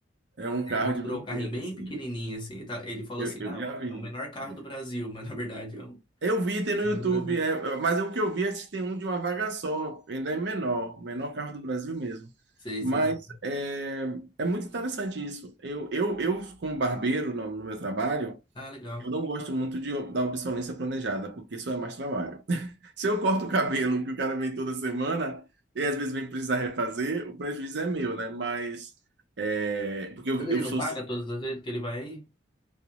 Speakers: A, on the right; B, on the left.
A: É um
B: Ele
A: carro
B: mostrou
A: de brinquedo,
B: o carrinho bem
A: assim.
B: pequenininho assim. e tá- Ele falou
A: Eu,
B: assim,
A: eu
B: ah,
A: já vi.
B: é o menor carro
A: É.
B: do Brasil, <laughs> mas na verdade é o
A: Eu vi, tem no
B: não
A: YouTube,
B: é do Brasil.
A: é, é, mas é o que eu vi é que tem um de uma vaga só, ainda é menor, o menor carro do Brasil mesmo.
B: Sei,
A: Mas
B: sei, sei.
A: é, é muito interessante isso. Eu, eu, eu como barbeiro no, no meu trabalho,
B: Ah, legal.
A: eu não gosto muito de, da obsolescência planejada, porque isso é mais trabalho. <laughs> Se eu corto o cabelo, que o cara vem toda semana, e às vezes vem precisar refazer, o prejuízo é meu, né? Mas, é, porque eu,
B: Mas ele
A: eu
B: não
A: sou...
B: paga todas as vezes que ele vai aí?